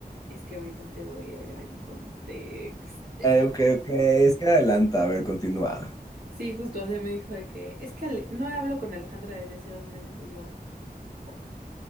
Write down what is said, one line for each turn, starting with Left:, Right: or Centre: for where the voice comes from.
Right: es que ahorita te doy el gran contexto.
Left: ok, ok. Es que adelanta. A ver, continúa.
Right: Sí, justo, o sea, me dijo de que es que Ale- no hablo con Alejandra desde hace dos meses y yo, fuck.